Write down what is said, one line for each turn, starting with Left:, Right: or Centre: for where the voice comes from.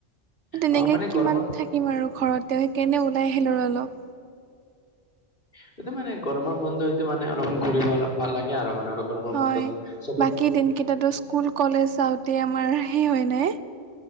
Right: তেনেকে
Left: অ মানে গৰমৰ
Right: কিমান থাকিম আৰু ঘৰতে সেই কেনে ওলাই আহিলো আৰু অলপ।
Left: সেটো মানে গৰমৰ বন্ধ হয়টো মানে অলপমান ঘূৰি ভাল ভাল লাগে আৰু মানে অলপ। গৰমৰ
Right: হয়
Left: বন্ধত চবৰ
Right: বাকী দিনকেইটাতো স্কুল কলেজ যাওঁতে আমাৰ সেই হয় নাই।